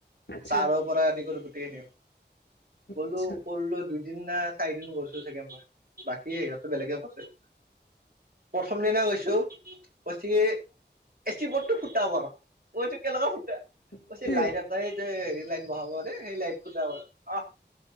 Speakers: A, on the left; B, on the right.
A: আচ্ছা
B: তাৰৰ পৰা আদি কৰি গুটেই খিনি। গ'লো
A: আচ্ছা
B: কৰলো দুইদিন না চাৰিদিন গৈছো চাগে মই। বাকী সিহঁতো বেলেগে কৈছে প্ৰথম দিনা গৈছো কৈছে এ চি বৰ্ডটো ফুটা মানে কৈছো কেনেকা ফুটা কৈছে
A: আচ্ছা
B: লাইট এটাই যে হেৰি লাইট বহাব দে সেই লাইট ফুটাব অহ